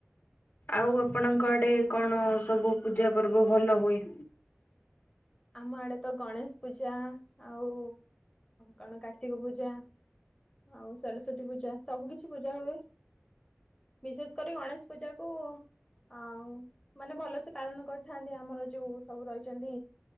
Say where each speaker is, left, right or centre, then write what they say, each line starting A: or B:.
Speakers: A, on the left (about 50°); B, on the left (about 20°).
A: ଆଉ ଆପଣଙ୍କ ଆଡେ କଣ ସବୁ ପୂଜା ପର୍ବ ଭଲ ହୁଏ?
B: ଆମ ଆଡ ତ ଗଣେଶ ପୂଜା ଆଉ କଣ କାର୍ତ୍ତିକ ପୂଜା ଆଉ ସରସ୍ଵତୀ ପୂଜା ସବୁ କିଛି ପୂଜା ହୁଏ। ବିଶେଷ କରି ଗଣେଶ ପୂଜା କୁ ଅ ମାନେ ଭଲସେ ପାଳନ କରି ଥାନ୍ତି ଆମର ଯୋଉ ସବୁ ରହିଛନ୍ତି